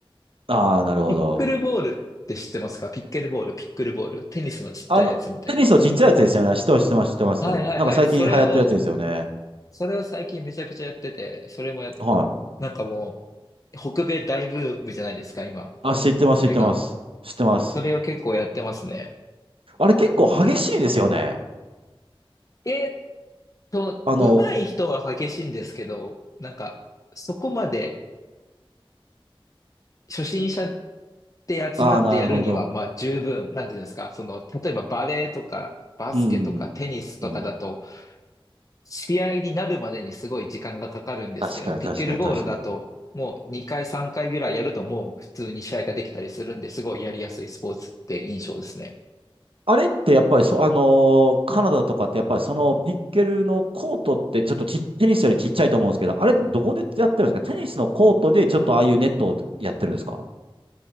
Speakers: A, on the right (about 70°); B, on the left (about 35°).
A: ああ、なるほど。
B: ピックルボールって知ってますかピッケルボール、ピックルボール。テニスのちっちゃいやつみたいな。
A: あの、テニスのちっちゃいやつですよね。知ってます、知ってます、知ってます。
B: はいはいはい。
A: なんか最近流行ってるやつですよね。
B: それを、それを最近めちゃくちゃやってて、それもや、
A: はい。
B: なんかもう、北米大ブームじゃないですか、今。
A: あ、知ってます、
B: それが。
A: 知ってます。知ってます。
B: それを結構やってますね。
A: あれ結構激しいですよね。
B: えーっと、
A: あの、
B: 上手い人は激しいんですけど、なんか、そこまで初心者って集まってやるには、
A: ああ、なるほど。
B: まあ十分、なんていうんですか、その、例えばバレーとか、バスケとかテニスとかだと、
A: うん。うん。
B: 試合になるまでにすごい時間がかかるんですけど、
A: 確かに、
B: ピッケルボールだと、
A: 確かに、確かに。
B: もう2回3回ぐらいやるともう普通に試合ができたりするんで、すごいやりやすいスポーツって印象ですね。
A: あれってやっぱりそ、あのーカナダとかってやっぱりそのピッケルのコートってちょっとち、テニスよりちっちゃいと思うんですけど、あれってどこでやってるんですかテニスのコートでちょっとああいうネットをやってるんですか